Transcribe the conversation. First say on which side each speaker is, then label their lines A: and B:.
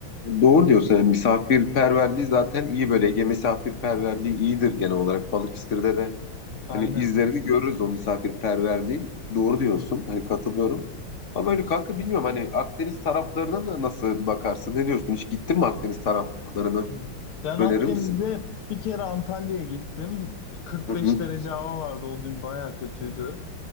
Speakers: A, on the left (about 45°); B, on the left (about 80°).
A: Doğru diyorsun. Yani misafirperverliği zaten iyi böyle. Ege misafirperverliği iyidir genel olarak. Balıkesir'de de
B: Aynen.
A: hani izlerini görürüz o misafirperverliğin. Doğru diyorsun.
B: Hı hı.
A: Hani katılıyorum.
B: Hı hı.
A: Ama öyle kanka bilmiyorum hani Akdeniz taraflarına da nasıl bakarsın? Ne diyorsun? Hiç gittin mi Akdeniz taraflarını?
B: Hı. Ben
A: Önerir
B: Akdeniz'de
A: misin?
B: bir kere Antalya'ya gittim. 45
A: Hı hı.
B: derece hava vardı o gün bayağı kötüydü.